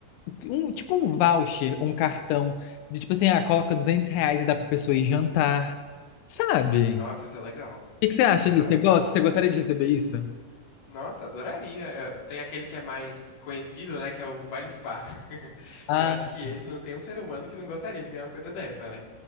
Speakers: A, on the left; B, on the left.
A: um, tipo um voucher, um cartão, de tipo assim, ah, coloca 200 reais e dá pra pessoa ir jantar, sabe?
B: Nossa,
A: O
B: isso é legal.
A: que que você acha
B: Isso é legal.
A: disso? Você gosta? Você gostaria de receber isso?
B: Nossa, adoraria. É, Tem aquele que é mais conhecido, né? Que é o Vale Spa. <laughs>
A: Ah,
B: Que eu acho que esse não tem um ser humano que não gostaria de ganhar uma coisa dessa, né?